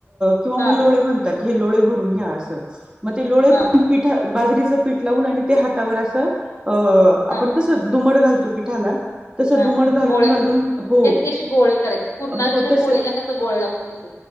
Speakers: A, on the right; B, on the left.
A: किंवा म
B: हा
A: लोळे म्हणतात हे लोळे भरून घ्या असं, मग ते लोळे
B: हा
A: पीठ बाजरीच पीठ लावून आणि त्या हातावर असं
B: हा
A: आपण कसं दुमड घाल तो पिठाला तसं
B: हां
A: दुमड
B: हां,
A: घालून
B: गोळे
A: घालून हो
B: तेच की अशे गोळे करायचे, पूर्णाच्या
A: हो तस
B: पोळीला कस गोळे लागतो तस